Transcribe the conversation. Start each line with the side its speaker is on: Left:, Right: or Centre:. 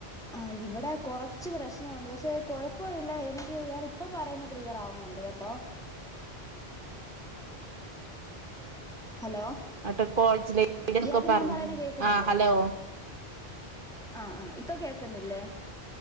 Centre: ആഹ് ഇവിടെ കുറച്ച് പ്രശ്നമുണ്ട് പക്ഷെ കൊഴപ്പവില്ല എനിക്ക് ഇയാൾ ഇപ്പൊ പറയുന്ന ക്ലിയർ ആാവുന്നുണ്ട് കേട്ടോ ഹലോ
Right: അട്ട് കോളേജിലൊക്കെ
Centre: ഇയാക്ക്
Right: പറഞ്ഞു
Centre: ഞാൻ പറയണ കേൾക്കുന്നില്ലേ
Right: ആ ഹലോ
Centre: ആ ആ ഇപ്പൊ കേക്കുന്നില്ലേ